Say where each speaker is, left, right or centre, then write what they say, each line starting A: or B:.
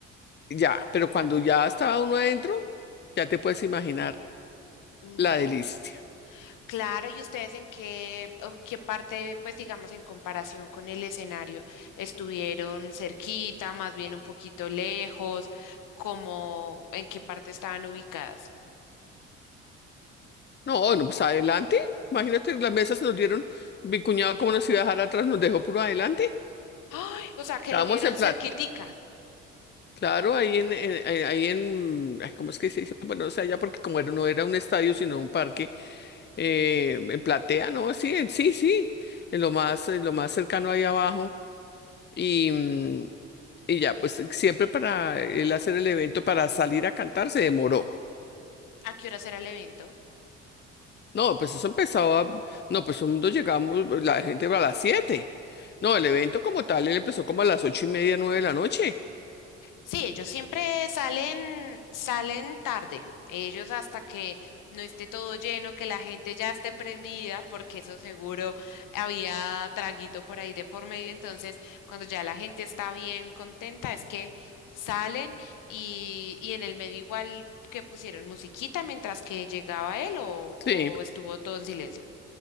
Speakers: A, on the left; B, on the left.
A: ya, pero cuando ya estaba uno adentro, ya te puedes imaginar
B: No.
A: La delicia.
B: Claro, ¿y ustedes en qué, o en qué parte, pues digamos, en comparación con el escenario, estuvieron cerquita, más bien un poquito lejos, como en qué parte estaban ubicadas?
A: No, no, pues adelante. Imagínate, las mesas se nos dieron, mi cuñado como nos iba a dejar atrás, nos dejó puro adelante.
B: Ay, o sea, que
A: Estábamos
B: lo vieron
A: en plata.
B: cerquitica.
A: Claro, ahí en, en- eh, ahí en, ay, ¿cómo es que se dice? Bueno, o sea, ya porque como era- no era un estadio, sino un parque, eh, en platea, ¿no? Sí, en- sí, sí, en lo más, en lo más cercano ahí abajo. Y, mm, y ya, pues siempre para él hacer el evento, para salir a cantar, se demoró.
B: ¿A qué horas era el evento?
A: No, pues eso empezaba, no, pues cuando llegamos, pues, la gente va a las 7. No, el evento como tal, él empezó como a las ocho y media, nueve de la noche.
B: Sí, ellos siempre salen, salen tarde. Ellos hasta que no esté todo lleno, que la gente ya esté prendida, porque eso seguro había traguito por ahí de por medio. Entonces, cuando ya la gente está bien contenta, es que salen y, y en el medio igual que pusieron musiquita mientras que llegaba él o,
A: Sí.
B: o estuvo todo en silencio.